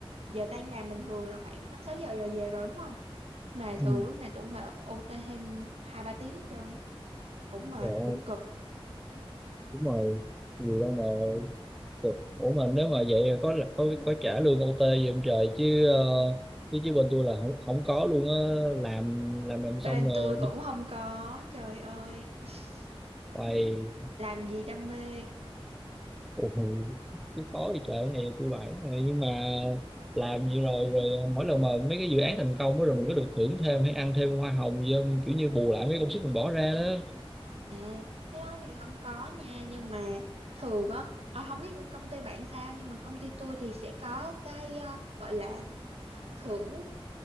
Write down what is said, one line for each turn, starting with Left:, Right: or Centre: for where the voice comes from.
Right: giờ tan làm bình thường là khoảng 5 6 giờ rồi về rồi đúng không? Mà thường
Centre: Ừ.
Right: lúc này tôi cũng phải ô OT thêm 2 3 tiếng hết trơn, cũng mệt,
Centre: Rồi.
Right: cũng cực.
Centre: đúng rồi nhiều đâu mà cực ủa mà nếu mà vậy là có có có trả lương ô tê gì không trời chứ ờ, chứ chứ bên tôi là không không có luôn á làm làm làm
Right: Bên
Centre: xong rồi
Right: tôi cũng
Centre: đi
Right: không có, trời ơi, <laughs>
Centre: bài
Right: làm gì đam mê.
Centre: ủa ừ, cứ khó thì trời cái này tôi bản rồi nhưng mà làm gì rồi rồi mỗi lần mà mấy cái dự án thành công á, rồi mình có được thưởng thêm hay ăn thêm hoa hồng gì không kiểu như bù lại mấy công sức mình bỏ ra đó
Right: à, Cái đó thì không có nha, nhưng mà thường á ờ, không biết công ty bạn sao nhưng mà công ty tôi thì sẽ có cái ờ, gọi là thưởng